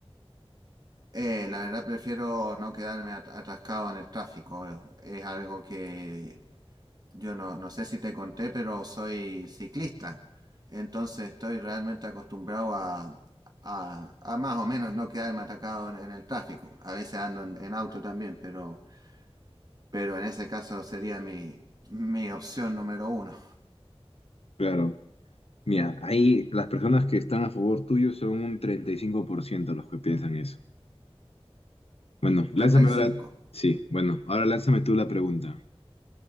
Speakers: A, on the right; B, on the left.
A: Eh, la verdad prefiero no quedarme at- atascado en el tráfico. eh. Es algo que Yo no, no sé si te conté, pero soy ciclista. Entonces estoy realmente acostumbrado a, a- a más o menos no quedarme atacado en, en el tráfico. A veces ando en, en auto también, pero, pero en ese caso sería mi, mi opción número uno.
B: Claro. Mira, ahí las personas que están a favor tuyo son un 35% los que piensan eso. Bueno, lánzame
A: 35.
B: ahora. Sí, bueno, ahora lánzame tú la pregunta.